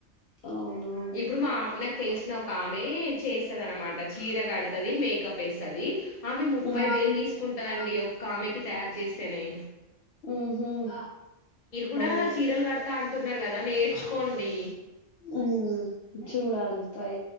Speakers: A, on the left; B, on the left.
A: అవునవును
B: ఇప్పుడు మా న తెలిసినా ఒక ఆమె చేస్తద అనమాట చీరగా అడు ది మేకప్ వేస్తది అవి ముప్పై
A: ఉమ్.
B: వేలు తీసుకుంటుదండి ఒక్క ఆమెకి తయారు చేసానే
A: ఉహ్మ్
B: కూడా
A: అవును
B: చీరలు కడతా అంటున్నారు కదా నేర్చుకోండి
A: హ్మ్ చూడాలి అభిప్రాయ